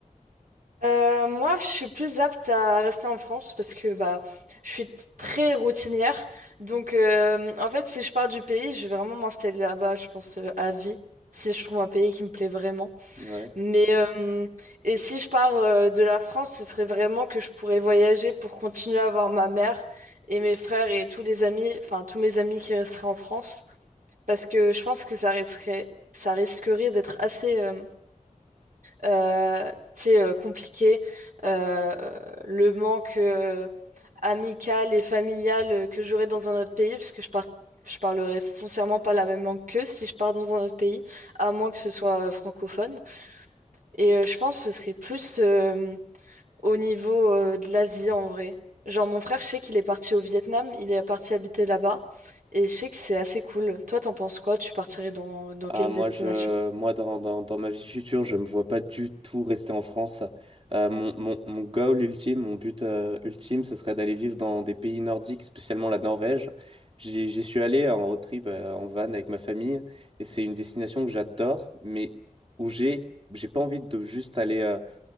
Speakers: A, on the right (about 70°); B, on the right (about 40°).
A: Euh, moi, je suis plus apte à rester en France parce que bah, je suis t- très routinière. Donc, euh, en fait, si je pars du pays, je vais vraiment m'installer là-bas, je pense, euh, à vie, si je trouve un pays qui me plaît vraiment.
B: Ouais.
A: Mais euh, et si je pars euh, de la France, ce serait vraiment que je pourrais voyager pour continuer à voir ma mère et mes frères et tous les amis, enfin tous mes amis qui resteraient en France, parce que je pense que ça resterait, ça risquerait d'être assez, euh, euh, tu sais, euh, compliqué euh, le manque euh, amical et familial que j'aurais dans un autre pays, parce que je par- je parlerais foncièrement pas la même langue qu'eux si je pars dans un autre pays, à moins que ce soit euh, francophone. Et euh, je pense que ce serait plus euh, au niveau euh, de l'Asie en vrai. Genre mon frère, je sais qu'il est parti au Vietnam, il est parti habiter là-bas. Et je sais que c'est assez cool. Toi, t'en penses quoi? Tu partirais dans, dans
B: Ah,
A: quelle
B: moi,
A: destination?
B: je, moi dans, dans, dans ma vie future, je me vois pas du tout rester en France. Euh, mon, mon, mon goal ultime, mon but euh, ultime, ce serait d'aller vivre dans des pays nordiques, spécialement la Norvège. J'y j'y suis allé en road trip, euh, en van avec ma famille, et c'est une destination que j'adore, mais où j'ai, j'ai pas envie de juste aller. euh,